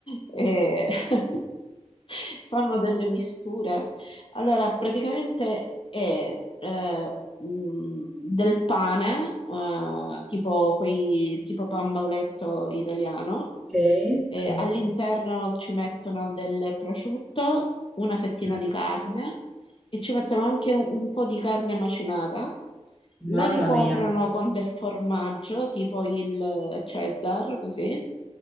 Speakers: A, on the left; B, in the centre.
A: E <laughs> fanno delle misture. Allora, praticamente è eh, mm, del pane, eh, tipo, quei, tipo pan bauletto italiano.
B: Ok,
A: E
B: ok.
A: all'interno ci mettono del prosciutto, una fettina
B: Mm,
A: di carne e ci mettono anche un, un po' di carne macinata, la
B: mamma
A: ricoprono
B: mia.
A: con del formaggio, tipo il cheddar, così,